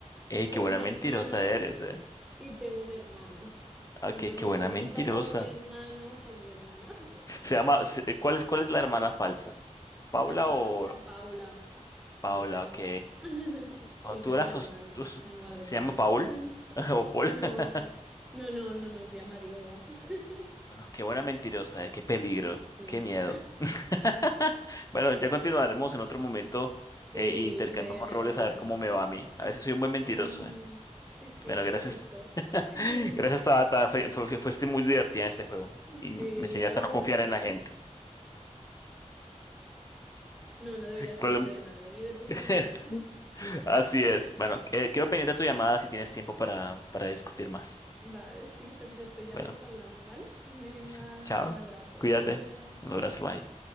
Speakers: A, on the left (about 30°); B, in the centre.
A: ¡Ey, qué
B: Tengo
A: buena
B: una
A: mentirosa
B: hermana
A: eres, eh!
B: y tengo un hermano.
A: Ok,
B: Entonces
A: qué buena
B: he reemplazado
A: mentirosa.
B: a mi hermano por mi hermana. <laughs>
A: Se llama... se- ¿Cuál es, cuál es la hermana falsa? ¿Paula
B: La hermana
A: o...?
B: falsa era Paula. La
A: Paula,
B: verdadera
A: ok.
B: es Lara. <laughs> Sí,
A: O tú
B: tengo
A: la
B: un
A: sos-
B: hermano
A: tú s-
B: en lugar de
A: se
B: Paula.
A: llama Paul
B: <laughs>
A: <laughs> o Paul.
B: No,
A: <laughs>
B: no, no, no, no, se llama Diego. <laughs>
A: Bueno, qué buena mentirosa, eh, qué peligro,
B: Sí,
A: qué miedo. <laughs> Bueno, ya continuaremos en otro momento
B: sí,
A: eh, e intercambiamos
B: y te, te
A: roles
B: hago yo.
A: a ver cómo me va a mí. A ver si soy un
B: Sí,
A: buen mentiroso. eh.
B: sí, sí,
A: Bueno,
B: perfecto.
A: gracias. <laughs>
B: <laughs>
A: Gracias, Tabata. Fue, fue- fue- fuiste muy divertida en este juego
B: Sí,
A: y me enseñaste
B: gracias
A: a no confiar
B: a ti.
A: en la gente.
B: No, no deberías
A: Problem-
B: fiarte de nadie, ni de tu sombra.
A: <laughs> Así es. Bueno, eh,
B: <laughs>
A: quedo pendiente de tu llamada si tienes tiempo para, para discutir más.
B: Vale, sí, perfecto. Ya
A: Bueno,
B: vamos hablando, ¿vale? Venga,
A: eso. Chao.
B: un abrazo.
A: Cuídate.
B: Chao, chao.
A: Un abrazo. Bye.